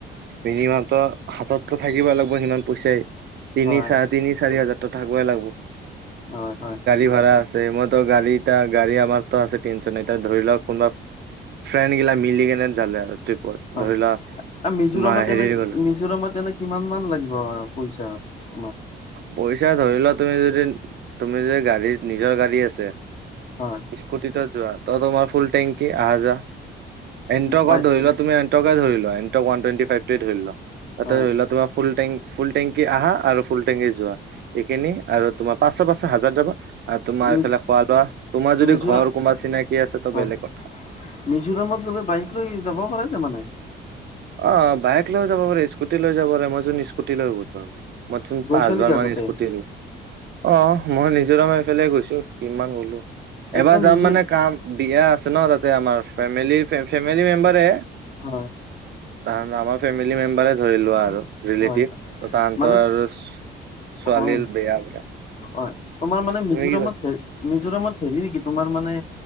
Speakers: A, on the right; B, on the left.
A: মিনিমাম তো হাততো থাকিব লাগ ল সিমান পইচাই তিনি
B: হয়
A: চ তিনি চাৰি হাজাৰ থাকই লাগিব।
B: হয় হয়।
A: <unintelligible> আছে মইত গা়ী এটা গাড়ী আমাৰতো আছে টেনশন ন এ ধৰি লওক কোনোবা ফ্ৰেণ্ড গিলা মিলি কেনে জালে আৰু ট্ৰিপত
B: হয়
A: ধৰি লোৱা
B: মিজোৰামত
A: মা হেৰি
B: এনে
A: গ'লো
B: মিজোৰামত এনে কিমান মান লাগিব পইচা তোমাক।
A: পইচা ধৰি লোৱা তুমি যদি তুমি যদি গাড়ী নিজৰ গাড়ী আছে
B: হয়
A: স্কুটি ত যোৱা তই তোমাৰ ফুল টেংকি আহা যোৱা। এণ্ট্ৰকত
B: বাই
A: ধৰিলোৱা তুমি ধৰি এণ্ট্ৰক ফাইভ ধৰিল তাতে
B: হয়
A: ধৰি তাৰ ফ ফুল টংক আহা আৰু ফুল। টেঙি যোৱা এইখিনি আৰু তোমাৰ পাচশ পাছ হাজাৰ যাবা আৰু তোমাৰ
B: মিজ
A: এইফালে খোৱা লোৱা। তোমাৰ যদি
B: মিজোৰাম
A: ঘৰ কোনোবা চিনাকি আছে তো
B: হয়
A: বেলেগ কথা।
B: মিজোৰামত গ'লে বাইক লৈ যাব পাৰে ন মানে।
A: অ', বাইক লৈও যাব পাৰে স্কুটি লৈ যাব পাৰে মই যোন স্কুটি লৈ। <unintelligible> মচোন
B: গৈছা
A: পাঁচ হবাৰ
B: নেকি
A: মান
B: আগতে
A: স্কুটি অ', মই নিজৰম এইফালে গৈছো কিমান গলো।
B: একদম
A: এবাৰ যাম
B: মিজো
A: মানে কাম বিয়া আছে ন তাতে আমাৰ ফেমি ফেমিলি মেম্বাৰে।
B: হয়।
A: তাহান আমাৰ ফেমিলি মেম্বাৰে ধৰি লোৱা
B: হয়
A: আৰু ৰিলেটিভ
B: হয়
A: ত তাহতৰ
B: মানে
A: আৰু ছোৱালীৰ
B: হয়
A: বেয়া বোলে।
B: হয় তোমাৰ মানে মিজোৰামত
A: তুমি কি কৈছা?
B: হ মিজোৰামত হেৰি নেকি তোমাৰ মানে